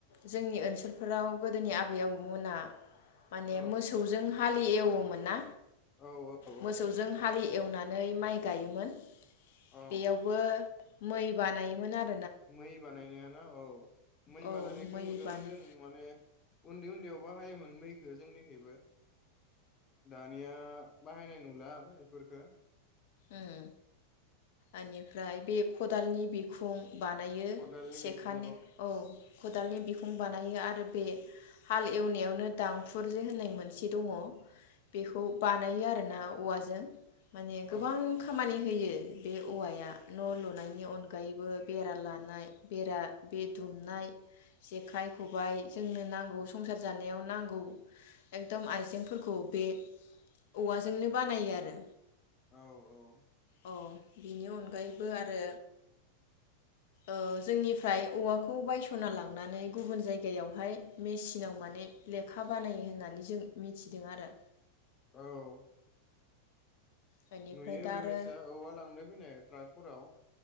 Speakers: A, on the left; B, on the left.
A: जोंनि ओनसोलफोराव गोदोनि आबै आबौमोनहा माने
B: अ
A: मोसौजों हाल एवोमोन ना?
B: औ औ
A: मोसौजों हालि एवनानै माइ। गायोमोन।
B: अ
A: बेयावबो मै बानायोमोन आ
B: मै बानायनाया ना औ मै
A: औ
B: बानायनायखौ
A: मै
B: नुदोंमोन
A: बानाय
B: जों माने उन्दै उन्दैयाव बाहायोमोन मैखो जोंनिखैबो दानिया बाहायनाय नुला एफोरफोरखो।
A: ओम ओनिफ्राय बे खदालनि बिखुं बानायो
B: खदालनि
A: सेखानि
B: बिखुं
A: औ। खदालनि बिखुं बानायो आरो बे हाल एवनायावनो दांफुर जे होननाय मोनसे दङ बेखौ बानायो आरो ना औवाजों माने गोबां
B: औ औ
A: खामानि होयो। बे औवाया न लुनायनि अनगायैबो बेरा लानाय बेरा बे दुमनाय जेखाइ खबाइ जोंनो नांगौ संसार जानायाव नांगौ एकदम आइजेंफोरखौ बे औवाजोंनो बानायो आरो
B: औ औ
A: औ बिनि अनगायैबो आरो ओ जोंनिफ्राय औवाखौ बायसना लांनानै गुबुन जायगायावहाय मेसिनाव माने लेखा बानायो होननानै जों मिथिदों आरो
B: औ
A: बेनिफ्राय
B: नुयो
A: दा
B: बेबायसा
A: आरो
B: औवा लांनो फैनाय ट्राक हराव